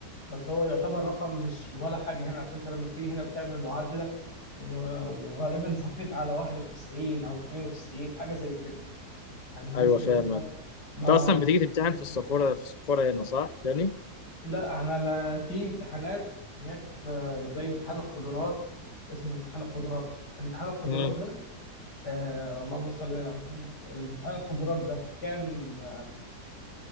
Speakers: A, on the left; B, on the left.
A: بس هو يعتبر رقم مش ولا حاجه هنا عشان انت لما بتيجي هنا بتعمل معادله و- وغالبا صفيت على 91 او 92 حاجه زي كده يعني النسبه
B: ايوه فاهم
A: دي ما ما
B: انت اصلا بتيجي تمتحن
A: لازمش
B: في السفاره
A: تمام
B: في السفاره هنا صح تاني
A: لا انا لا في امتحانات هناك في زي امتحان القدرات اسمه امتحان القدرات امتحان القدرات
B: امم
A: ده آه اللهم صل على محمد امتحان القدرات ده كان